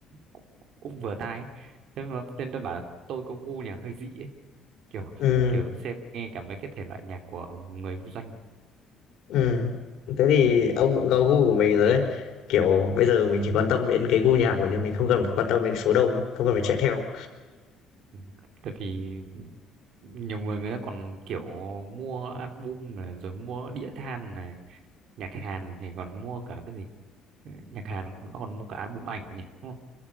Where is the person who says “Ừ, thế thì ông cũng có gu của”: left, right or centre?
Left